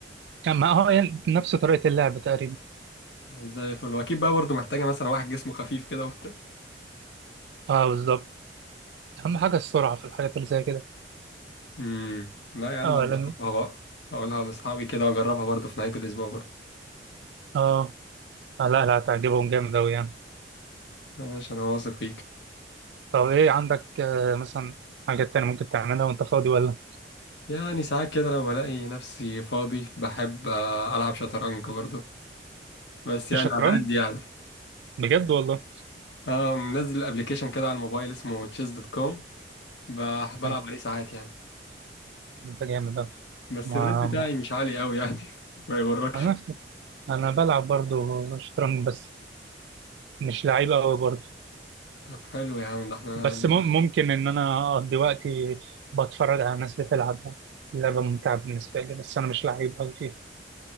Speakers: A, on the right; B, on the left.
A: أما هو يعني نفس طريقة اللعب تقريبا
B: <laughs> زي الفل واكيد بقى برضه محتاجه مثلا واحد جسمه خفيف كده وبتاع
A: أه بالظبط أهم حاجة السرعة في الحاجات اللي زي كده
B: امم لا يا عم
A: أه
B: ده أنا
A: لأن
B: هجربها بقى اقولها لاصحابي كده واجربها برضه في نهايه الاسبوع برضه
A: أه آه، لا لا هتعجبهم جامد أوي يعني
B: ماشي انا واثق فيك
A: طب إيه عندك آه، مثلا حاجات تانية ممكن تعملها وأنت فاضي ولا؟
B: يعني ساعات كده لو بلاقي نفسي فاضي بحب آه، العب شطرنج برضه بس يعني
A: الشطرنج
B: على قد يعني
A: بجد والله
B: اه منزل ابلكيشن كده على الموبايل اسمه تشيس دوت كوم بلعب
A: آه،
B: عليه ساعات يعني
A: أنت جامد أوي
B: بس
A: ما
B: الريت بتاعي مش عالي قوي يعني <laughs> ما يغركش
A: ما- انا بلعب برضه شطرنج بس مش لعيب قوي برضه
B: طب حلو يا عم ده احنا
A: بس مم- ممكن ان انا اقضي وقتي بتفرج على ناس بتلعب لعبه ممتعه بالنسبه لي بس انا مش لعيب قوي فيها